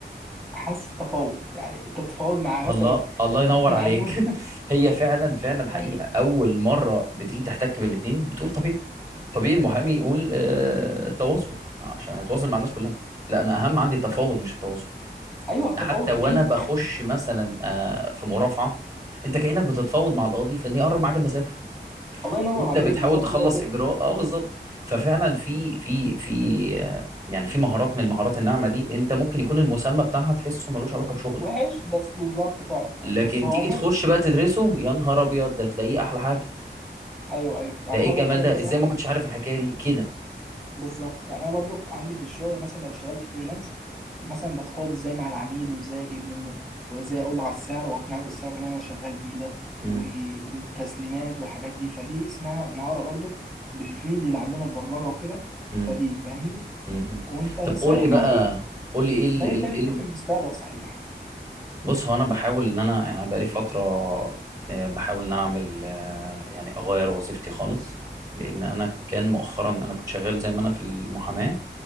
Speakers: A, in the centre; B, on the right (about 20°).
A: حاسس تفاوض يعني انت تتفاوض مع
B: الله
A: مثلا
B: الله ينور
A: <laughs> مع
B: عليك
A: المت...
B: <laughs> هي فعلا فعلا حقيقه
A: يعني
B: اول مره بتيجي تحتك بالاثنين بتقول طبيعي طبيعي المحامي يقول آه، التواصل عشان هيتواصل مع الناس كلها لا انا اهم عندي التفاوض مش التواصل
A: ايوه التفاوض
B: حتى وانا
A: اكيد
B: بخش
A: يعني
B: مثلا آه، في مرافعه انت كانك بتتفاوض مع القاضي في ان يقرب معاك المسافه <laughs>
A: الله ينور
B: وانت
A: عليك
B: بتحاول
A: بالظبط
B: تخلص
A: هو كده
B: اجراء اه بالظبط ففعلا في في في آه، يعني في مهارات من المهارات الناعمه دي انت ممكن يكون المسمى بتاعها تحسه ملوش علاقه بشغلك
A: وحش بس بالظبط فعلا يعني
B: لكن
A: بس هو
B: تيجي
A: عموما
B: تخش بقى تدرسه يا نهار ابيض ده تلاقيه احلى حاجه
A: ايوه ايوه يعني
B: ده ايه
A: هقول
B: الجمال
A: لك حاجه
B: ده
A: بتسهل
B: ازاي
A: حاجه
B: ما كنتش
A: كتير
B: عارف الحكايه دي كده
A: بالظبط يعني انا برضو عندي في الشغل مثلا لو اشتغلت فريلانس مثلا بتفاوض ازاي مع العميل وازاي اجيب منه وازاي اقول له على السعر واقنعه بالسعر اللي انا شغال بيه ده
B: امم
A: و... والتسليمات والحاجات دي فدي اسمها مهاره برضو بالفيلد اللي عندنا البرمجه وكده
B: امم
A: فدي فاهمني
B: امم
A: وانت صحيح
B: طب قول لي بقى
A: ناوي ايه
B: قول لي ايه
A: ناوي تعمل ايه في المستقبل صحيح
B: بص هو انا بحاول ان انا يعني بقالي فتره آه، بحاول ان انا اعمل آه، يعني اغير وظيفتي خالص لان انا كان مؤخرا انا كنت شغال زي ما انا في المحاماه